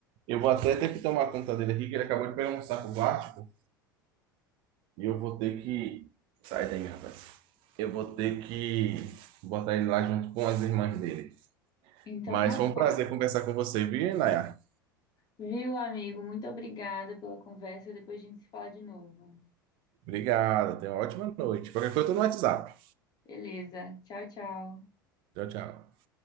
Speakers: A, on the right; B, on the left.
A: Eu vou até ter que tomar conta dele aqui, que ele acabou de pegar um saco plástico, e eu vou ter que. Sai daí, rapaz. Eu vou ter que botar ele lá junto com as irmãs dele.
B: Então
A: Mas
B: tá
A: foi um
B: bom.
A: prazer conversar com você, viu, Nayar?
B: Viu, amigo? Muito obrigada pela conversa. Depois a gente se fala de novo.
A: Obrigado, tenha uma ótima noite. Qualquer coisa, eu tô no WhatsApp.
B: Beleza. Tchau, tchau.
A: Tchau, tchau.